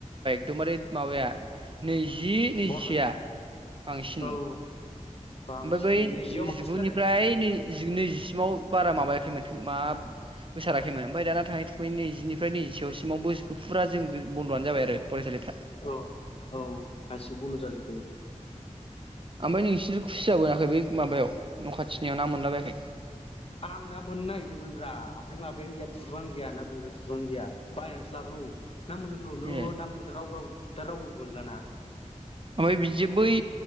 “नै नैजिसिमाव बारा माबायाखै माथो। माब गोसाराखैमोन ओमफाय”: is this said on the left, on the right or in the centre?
Right